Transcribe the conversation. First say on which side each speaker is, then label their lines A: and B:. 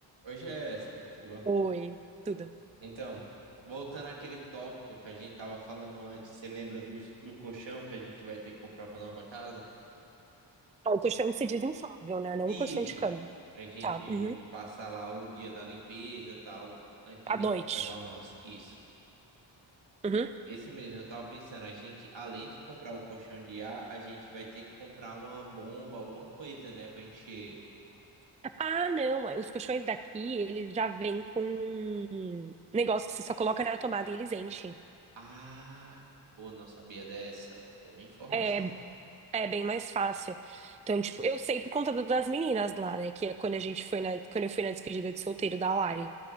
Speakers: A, on the right (about 65°); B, on the right (about 15°).
A: Oi, Jéssica, tudo bom?
B: Oi, tudo.
A: Então, voltando àquele tópico que a gente tava falando antes, você lembra dos- do, colchão que a gente vai ter que comprar para nova casa?
B: Ah, o colchão se desinflável, né? Não
A: Isso,
B: um colchão de cama.
A: pra gente
B: Tá. Uhum.
A: passar lá o dia da limpeza e tal, antes de
B: À noite.
A: lim- levar o nosso. Isso.
B: Uhum.
A: Esse mesmo, eu tava pensando, a gente, além de comprar o colchão de ar, a gente vai ter que comprar uma bomba, alguma coisa, né, pra encher.
B: Ah, não. é, Os colchões daqui, eles já vêm com um negócio que você só coloca na tomada e eles enchem.
A: Ah, pô, não sabia dessa. Boa informação.
B: É, é bem mais fácil. Então, tipo, eu sei por conta do- das meninas lá, né? Que é quando a gente foi na, quando eu fui na despedida de solteiro da Lari.